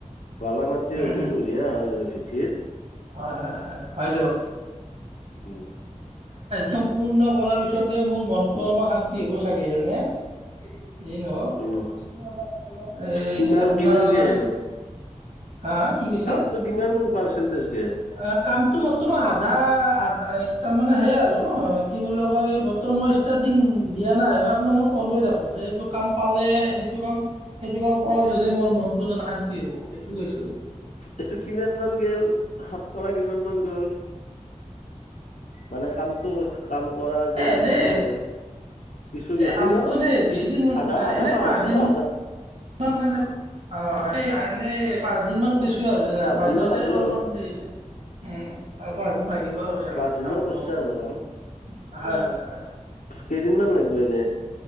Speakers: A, on the left (about 85°); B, on the right (about 55°).
A: বালা মাটি
B: উম
A: হ'লে
B: উম
A: বঢ়িয়া হয় আৰু ভিত ত <unintelligible>
B: হয়- হয়- হয় -হয় দিয়ক
A: উম।
B: সম্পূৰ্ণ কৰাৰ পিছতে মোৰ মনটো অলপ শান্তি হব চাগে জানে। এই নহও
A: উম
B: বস্তু অলপ এই
A: কিমান
B: আপোনাৰ।
A: কিমান গেল
B: হা হা কি কৈছে
A: কামটো কিমান পাৰ্চেণ্টেজ কে।
B: আহ, কামটো বৰ্তমান আধা আধা। তাৰমানানে সেইয় আৰু অ কি বুলি কয় বৰ্তমান মই ষ্টাৰ্টিং দিয়া নাই মই আপোনাক ক'লোৱে দেখোন যে এইটো কাম পালে সেইটো কাম সেইটো কাম কৰাৰ পিছতে মোৰ মনটো তাৰমানে শান্তি হব সেইটো কৈছো।
A: এইটো কিমান মান গ'ল শতকৰা কিমান মান গ'ল মানে কামটো। কাম কৰা কিমান
B: এ এনেই
A: মান গৰ। কিছু
B: এই
A: গেছে
B: কামটো
A: নো
B: এনেই বেছিদিন
A: আধা আধা
B: এনেই
A: পাৰ
B: পাঁচদিনমান
A: হৈছি আধা
B: <unintelligible> এনে পাঁচ দিন মান কৈছোঁ আৰু যেনে
A: পাঁচ
B: পাৰদিনতে
A: দিন মান লাগব
B: অলপমান
A: আৰু
B: হেৰি হৈছে উম <unintelligible> আৰু চাগে
A: পাঁচ দিন
B: কামটো
A: মান কৰিছো
B: সম্পূৰ্ণ
A: আৰু
B: কৰোঁ।
A: কাম
B: হয়
A: উম
B: হয় হয়
A: কেইদিনমান
B: উম।
A: লাগিব এনে